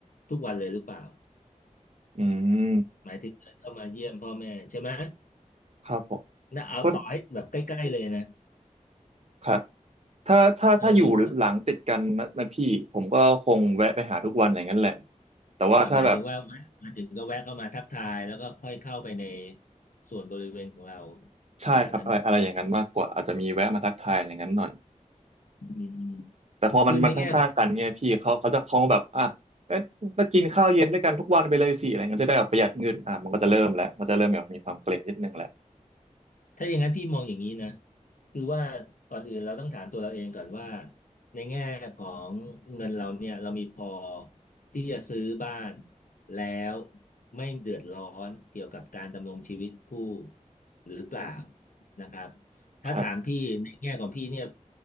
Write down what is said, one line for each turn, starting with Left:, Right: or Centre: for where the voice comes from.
Left: ทุกวันเลยหรือเปล่า
Right: อืม
Left: หมายถึงเดินเข้ามาเยี่ยมพ่อแม่ใช่ไหม
Right: ครับผม
Left: นะเอาต่อให้แบบใกล้ๆเลยนะ
Right: ก็ครับ ถ้าถ้าถ้าอยู่หลังติดกันนะนะพี่ผมก็คงแวะไปหาทุกวันอย่างนั้นแหละ
Left: เออ
Right: แต่ว่าถ้าแบบ
Left: อ๋อหมายถึงว่าแวะมาถึงก็แวะเข้ามาทักทายแล้วก็ค่อยเข้าไปในส่วนบริเวณของเรา
Right: ใช่ครับอะไรอะไรอย่างนั้นมากกว่าอาจจะมีแวะมาทักทายอะไรอย่างนั้นหน่อย
Left: ประมาณนั้นอืมๆคือในแง่ของ
Right: แต่พอมันมันข้างๆกันไงีพี่เขาเขาจะคงแบบอ่ะเอ๊ะมากินข้าวเย็นด้วยกันทุกวันไปเลยสิอะไรเงี้ยจะได้แบบประหยัดเงินอ่ะมันก็จะเริ่มแล้วมันจะเริ่มแบบมีความเกรงนิดนึงแหละ
Left: ถ้าอย่างนั้นพี่มองอย่างนี้นะคือว่าก่อนอื่นเราต้องถามตัวเราเองก่อนว่าในแง่ของเงินเราเนี่ยเรามีพอที่จะซื้อบ้านแล้วไม่เดือดร้อนเกี่ยวกับการดำรงชีวิตผู้หรือเปล่านะครับถ้าถามพี่ในแง่ของพี่เนี่ย
Right: ครับ